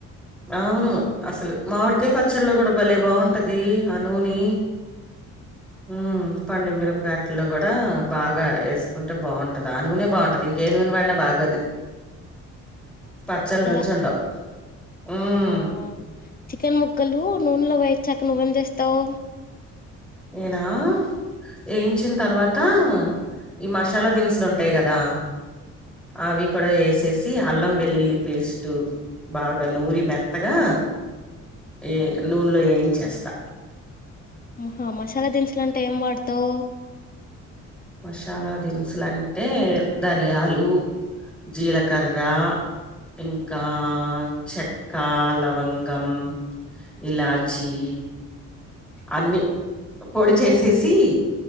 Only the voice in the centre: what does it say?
అవును అసలు మావిడికే పచ్చళ్ళు కూడా భలే బాగుంటది ఆ నూనె <inaudible> ఆ పండు మీరు ప్యాటలో కూడా బాగా వేసుకుంటే బాగుంటది ఆ నూనె బాగుంటది ఇంకే న ఏ నుని భగదు పచ్చలు
రుచి ఉండవు ఉమ్
నేనా వేయించిన తర్వాత ఈ మసాలా దినుసులు ఉంటాయి కదా అవి కూడా వేసేసి అల్లం వెల్లుల్లి పేస్ట్ బాగా నూరి మెత్తగా ఏ నూనలో ఏయించేస్తా
మసాలా దిన్సులంటే ధనియాలు జీలకర్ర ఇంకా చెక్క లవంగం ఇలాచ్చి అన్ని పొడి చేసేసి